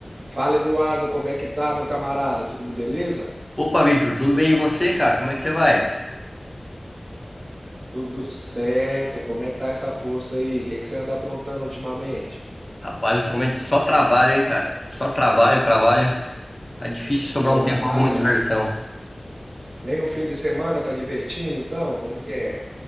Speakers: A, on the right; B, on the left.
A: Fala, Eduardo, como é que tá, meu camarada? Tudo beleza?
B: Opa, Victor, tudo bem e você, cara? Como é que você vai?
A: Tudo certo? Como é que tá essa força aí? O que que você anda aprontando ultimamente?
B: Rapaz, ultimamente só trabalho, hein, cara? Só trabalho, trabalho. Tá difícil sobrar
A: Só
B: um
A: trabalho?
B: tempo pra alguma diversão.
A: Nem no fim de semana tá divertindo, então? Como que é?